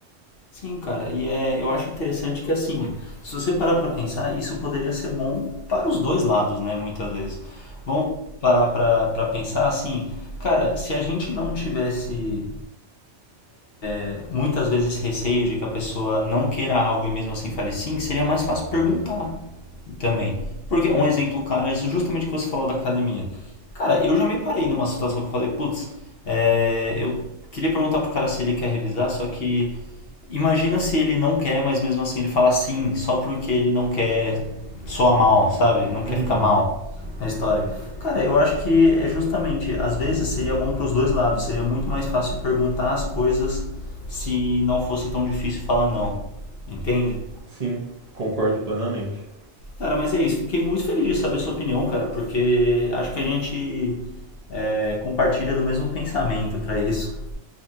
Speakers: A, on the left; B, on the right.
A: sim, cara. E é, eu acho interessante que, assim, se você parar pra pensar, isso poderia ser bom para os dois lados, né, muitas vezes. Vamos parar pra, pra pensar, assim, cara, se a gente não tivesse é, muitas vezes receio de que a pessoa não queira algo e mesmo assim fale sim, seria mais fácil perguntar também. Porque um exemplo, cara, é justamente o que você falou da academia. Cara, eu já me parei numa situação que eu falei, putz, é, eu queria perguntar pro cara se ele quer revisar, só que Imagina se ele não quer, mas mesmo assim ele fala sim, só porque ele não quer soar mal, sabe? Não quer
B: Uhum,
A: ficar mal na história. Cara, eu acho que é justamente, às vezes seria bom para os dois lados, seria muito mais fácil perguntar as coisas se não fosse tão difícil falar não, entende?
B: sim, concordo plenamente.
A: Cara, mas é isso, fiquei muito feliz de saber a sua opinião, cara, porque acho que a gente é, compartilha do mesmo pensamento para isso,